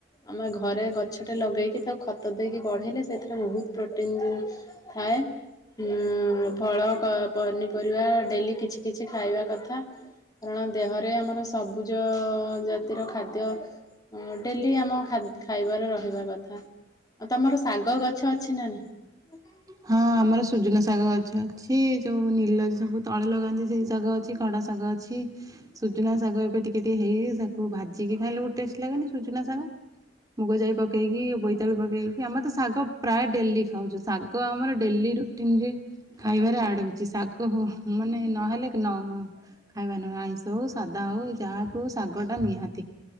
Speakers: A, on the left; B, on the right.
A: ଆମେ ଘରେ ଗଛଟେ ଲଗେଇକି ତାକୁ ଖତ ଦେଇକି ବଢେଇଲେ ସେଥିରେ ବହୁତ ପ୍ର ଟିନ୍ ଯୋଉ ଥାଏ। ଉଁ ଫଳ କ ପନିପରିବା ଡେଲି କିଛି କିଛି ଖାଇବା କଥା। କାରଣ ଦେହରେ ଆମର ସବୁଜ ଜାତିର ଖାଦ୍ୟ ଅଁ ଡେଲି ଆମ ଖା ଖାଇବାରେ ରହିବା କଥା। ଅ ତମର ଶାଗ ଗଛ ଅଛି ନାଁ ନାଇଁ?
B: ହଁ ଆମର ସୁଜୁନା ଶାଗ ଗଛ ଅଛି ଯୋଉ ନୀଲଜି ସବୁ ତଳେ ଲଗାନ୍ତି ସେଇ ଶାଗ ଅଛି ଖଡ଼ା ଶାଗ ଅ ଛି। ସୁଜୁନା ଶାଗ ଏବେ ଟିକେ ଟିକେ ହେଇଇ ତାକୁ ଭାଜିକି ଖାଇଲେ ବୋ ଟେଷ୍ଟ ଲାଗେନି ସୁଜନା ଶାଗ। ମୁଗ ଜାଇ ପକେଇକି ବୋଇତାଳୁ ପକେଇକି ଆମେ ତ ଶାଗ ପ୍ରାୟ ଡେଲି ଖାଉଚୁ ଶା ଗ ଆମର ଡେଲି ରୁଟିନରେ ଖାଇବାରେ ଆଡ଼ ହୋଉଚି ଶାଗ ହୋ ମାନେ ନହେଲେ କି ନହୋ ଖାଇବା ନୁହେଁ ଆଇଁଷ ହଉ ସାଧା ହଉ ଯାହା ବି ହଉ ଶାଗଟା ନିହାତି।